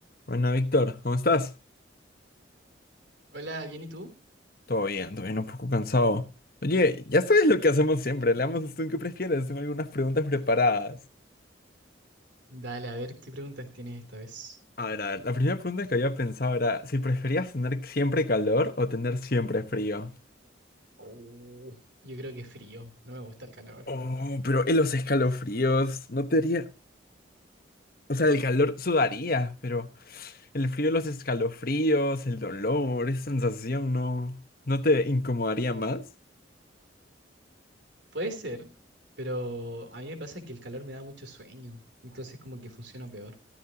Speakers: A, on the left (about 50°); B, on the right (about 65°).
A: Bueno, Víctor, ¿cómo estás?
B: Hola, ¿bien y tú?
A: Todo bien, todo bien, un poco cansado. Oye, ya sabes lo que hacemos siempre, le damos esto en qué prefieres, tengo algunas preguntas preparadas.
B: Dale, a ver qué preguntas tienes esta vez.
A: A ver, a ver, la primera pregunta que había pensado era si preferías tener siempre calor o tener siempre frío.
B: Oh, yo creo que frío, no me gusta el calor.
A: Oh, pero en los escalofríos no te haría... O sea, el calor sudaría, pero el frío, los escalofríos, el dolor, esa sensación no... ¿No te incomodaría más?
B: Puede ser, pero a mí me pasa que el calor me da mucho sueño, entonces como que funciona peor.